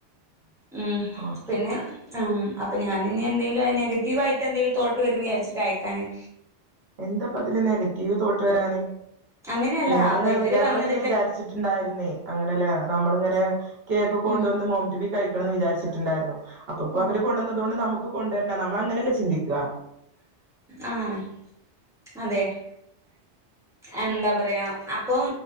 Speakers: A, in the centre; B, on the right (about 60°).
A: ഉം
B: ഓക്കെ
A: പിന്നെ ആഹ് ഉം അപ്പൊ ഞാനിനി എന്തെലും നെഗറ്റീവ് ആയിട്ട്ന്തെലും തോട്ട് വരുംന്ന് വിചാരിച്ചിട്ട് അയക്കാഞ്ഞെ
B: എന്താപ്പതില് നെഗറ്റീവ് തോട്ട് വെരാന്
A: അങ്ങനെയല്ല
B: ഞാനിങ്ങനെ
A: അപ്പൊ ഇവര്
B: ഞങ്ങളിങ്ങനെ
A: വന്നതിട്ട്
B: വിചാരിച്ചിട്ടുണ്ടായിരുന്നേ അങ്ങനെലേ നമ്മളിങ്ങനെ കേക്കൊക്കെകൊണ്ടുവന്ന്
A: ഉം
B: മോംടുബി കഴിക്കണംന്ന് വിചാരിച്ചി ണ്ടാര്ന്നു അപ്പപ്പോവര്
A: ഓ
B: കൊണ്ടന്നതോണ്ട് നമക്ക് കൊണ്ടുവരണ്ട നമ്മളങ്ങനെയല്ലേ ചിന്തിക്ക
A: ആഹ് അതെ എന്താ പറ റ്യാ അപ്പൊ